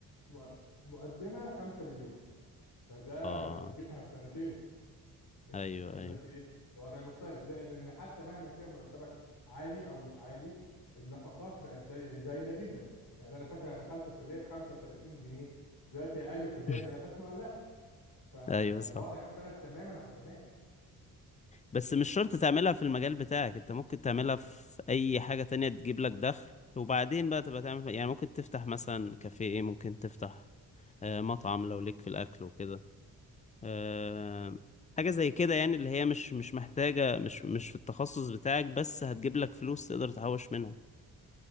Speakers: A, on the left; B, on the left.
A: مق- مقدمه 5 مليون فده
B: اه
A: مش هتجيبها في سنتين إنت بتتكلم
B: ايوه ايوه
A: دلوقتي ايه الوضع مختلف زائد ان حتى مهما كان مرتبك عالي او مش عالي النفقات بقت زي زايده جدا يعني انا فاكر انا دخلت الكليه ب 35 جنيه دلوقتي اقل كليه
B: <laughs>
A: بالافات مؤلفه فالوضع
B: ايوه صح
A: اختلف تماما عن زمان
B: بس مش شرط تعملها في المجال بتاعك انت ممكن تعملها في اي حاجة تانية تجيب لك دخل وبعدين بقى تبقى تعمل يعني ممكن تفتح مثلا كافيه ممكن تفتح آه، مطعم لو ليك في الاكل وكده آه، حاجة زي كده يعني اللي هي مش مش محتاجة مش مش في التخصص بتاعك بس هتجيب لك فلوس تقدر تحوش منها